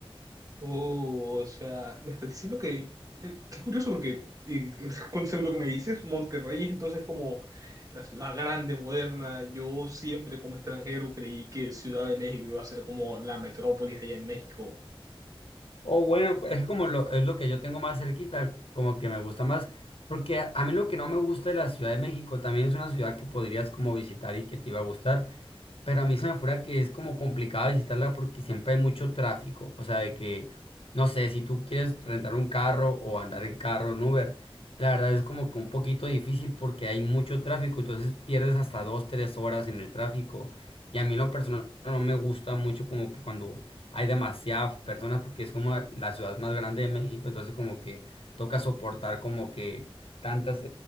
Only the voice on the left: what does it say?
O bueno, pues es como lo, es lo que yo tengo más cerquita, como que me gusta más, porque a, a mí lo que no me gusta de la Ciudad de México también es una ciudad que podrías como visitar y que te iba a gustar. Pero a mí se me fuera que es como complicado visitarla porque siempre hay mucho tráfico. O sea, de que, no sé, si tú quieres rentar un carro o andar en carro en Uber, la verdad es como que un poquito difícil porque hay mucho tráfico. Entonces pierdes hasta dos, tres horas en el tráfico. Y a mí lo personal no me gusta mucho como que cuando hay demasiadas personas porque es como la ciudad más grande de México. Entonces como que toca soportar como que tantas